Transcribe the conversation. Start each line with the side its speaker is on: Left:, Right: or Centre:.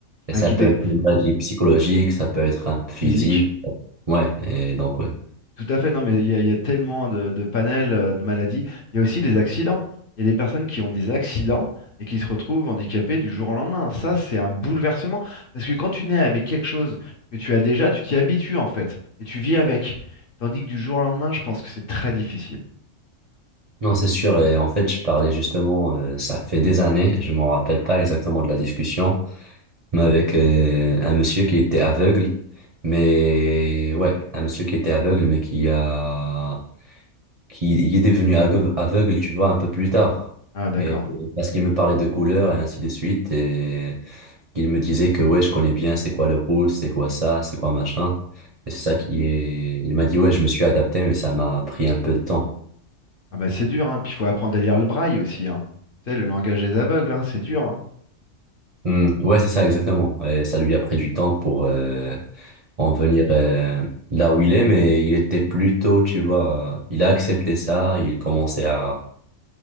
Right: Et
Left: Ouais,
Right: ça
Left: qui
Right: peut
Left: dé...
Right: être une maladie psychologique, ça peut être un physique.
Left: physique.
Right: Ouais, et donc ouais.
Left: Tout à fait, non, mais il y a, il y a tellement de, de panels euh, de maladies. Il y a aussi les accidents. Il y a des personnes qui ont des accidents et qui se retrouvent handicapées du jour au lendemain. Ça, c'est un bouleversement. Parce que quand tu nais avec quelque chose que tu as déjà, tu t'y habitues en fait et tu vis avec. Tandis que du jour au lendemain, je pense que c'est très difficile.
Right: Non, c'est sûr. Et en fait, je parlais justement, euh, ça fait des années, je m'en rappelle pas exactement de la discussion, mais avec euh, un monsieur qui était aveugle, mais ouais, un monsieur qui était aveugle, mais qui a qui il est devenu aveugle, aveugle, tu vois, un peu plus tard.
Left: Ah, d'accord.
Right: Et, et parce qu'il me parlait de couleurs et ainsi de suite. Et il me disait que, ouais, je connais bien c'est quoi le rouge, c'est quoi ça, c'est quoi machin. Et c'est ça qui est. Il m'a dit, ouais, je me suis adapté, mais ça m'a pris un peu de temps.
Left: Ah, bah, c'est dur, hein. Puis il faut apprendre à lire le braille aussi, hein. Tu sais, le langage des aveugles, hein, c'est dur, hein.
Right: Hmm, Ouais, c'est ça, exactement. Et ça lui a pris du temps pour euh, en venir euh, là où il est, mais il était plutôt, tu vois, euh, il a accepté ça, il commençait à,